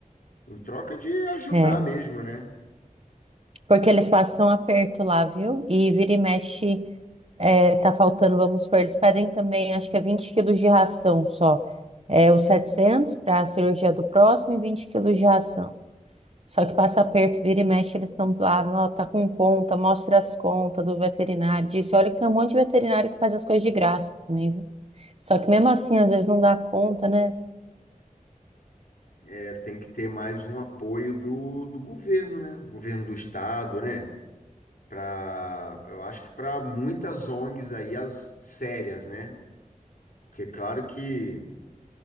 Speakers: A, on the left (about 80°); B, on the right (about 45°).
A: Em troca de ajudar
B: É,
A: mesmo, né?
B: Porque eles passam aperto lá, viu? E vira e mexe, é, tá faltando, vamos supor, eles pedem também, acho que é 20 quilos de ração só. É, os 700 para a cirurgia do próximo e 20 quilos de ração. Só que passa aperto, vira e mexe, eles estão lá, ó, tá com conta, mostra as contas do veterinário, disse, olha que tem um monte de veterinário que faz as coisas de graça também, viu? Só que mesmo assim, às vezes não dá conta, né?
A: É, tem que ter mais um apoio do, do governo, né? Governo do estado, né? Para, eu acho que para muitas ONGs aí, as sérias, né? Porque, é claro que.